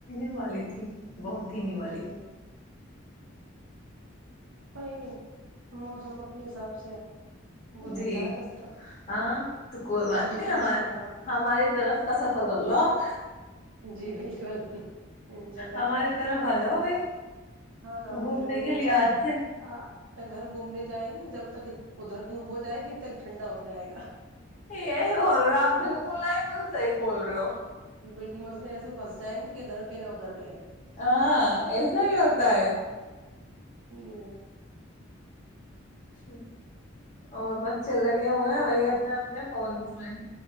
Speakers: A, on the left (about 35°); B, on the right (about 75°).
A: م والی تھی بہت دھیمی والی
B: جی وہی موسم اپنے حساب سے وہ دیتا
A: جی
B: ہے دستک
A: ہاں تو کوئی بات
B: کبھی
A: نہیں
B: کہیں
A: ہم
B: ہاں
A: ہماری طرف کا سفر کر لو آپ
B: جی بالکل انشاء اللہ
A: ہماری طرف آ جاؤ بھائی
B: ہاں
A: گھومنے
B: ضرور
A: کے
B: انشاء
A: لیے
B: اللہ
A: ہج سے
B: ادھر گھومنے جائیں گے جب تک ادھر دھوپ ہو جائے گی تک ٹھنڈا ہو جائے گا
A: یہی بول رہے آپ بالکل نا ایک دم صحیح بول رہے ہو
B: بالکل مسئے ایسے پھنسائیںے کہ ادھر کے ن ادھر کے ہے
A: ہاں ایسا ہی ہوتا ہے
B: ہ <unintelligible>
A: ہ اور بچے لگے ہوئے ہیں وہی اپنے اپنے فونس میں